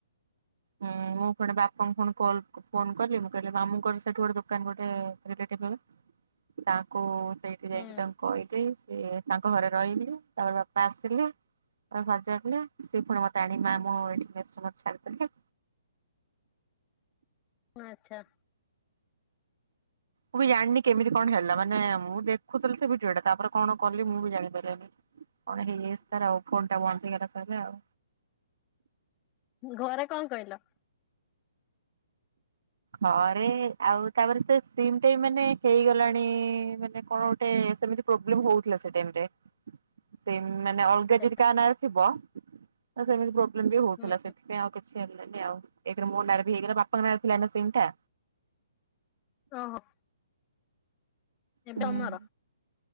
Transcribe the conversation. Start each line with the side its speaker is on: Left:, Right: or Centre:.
Right: ହୁଁ ମୁଁ ପୁଣି ବାପାଙ୍କୁ ପୁଣି କଲ୍ ଫୋନ କଲି ମୁଁ କହିଲି ମାମୁଙ୍କର ସେଠି ଗୋଟେ ଦୋକାନ ଗୋଟେ ରିଲେଟିଭ ହେବେ ତାଙ୍କୁ ସେଇଠି
Left: ହୁଁ
Right: ଯାଇକି ତାଙ୍କୁ କହିଲି ସିଏ ତାଙ୍କ ଘରେ ରହିଲି ତାପରେ ବାପା ଆସିଲେ ତାକୁ ସଜାଡିଲେ ସିଏ ପୁଣି ମତେ ଆଣି ମାମୁଁ ଏଠି ମେଶ୍ ରେ ମତେ ଛାଡ଼ିଦେଲେ।
Left: ଓ ଆଚ୍ଛା।
Right: ମୁଁ ବି ଜାଣିନି କେମିତି କଣ ହେଲା, ମାନେ ମୁଁ ଦେଖୁଥିଲି ସେ ଭିଡ଼ିଓ ଟା ତାପରେ କଣ କଲି ମୁଁ ବି ଜାଣି ପାରିଲିନି। କଣ ହେଇଯାଇଛି ତାର ଆଉ ଫୋନ୍ ଟା ବନ୍ଦ ହେଇଗଲା ସଇଲା ଆଉ।
Left: ଘରେ କଁ କହିଲ?
Right: ଘରେ ଆଉ ତାପରେ ସେ ସିମ୍ ଟା ବି ମାନେ ହେଇଗଲାଣି ମାନେ କଣ ଗୋଟେ ସେମିତି ପ୍ରୋବ୍ଲେମ୍ ହଉଥିଲା ସେଇ ଟାଇମ୍ ରେ। ସିମ୍ ମାନେ ଅଲଗା
Left: ଆଛା
Right: ଯଦି କାହା ନାଁରେ ଥିବ ତ ସେମିତି ପ୍ରୋ ବ୍ଲେମ୍ ବି ହଉଥିଲା
Left: ହୁଁ
Right: ସେଥିପାଇଁ ଆଉ କିଛି ହେଲେନି ଆଉ ଏକ ରେ ମୋ ନାଁରେ ବି ହେଇଗଲା ବାପାଙ୍କ ନାଁରେ ଥିଲା ନା ସିମ୍ ଟା।
Left: ଓହୋ। ଏବେ
Right: ହୁଁ
Left: ଅମର,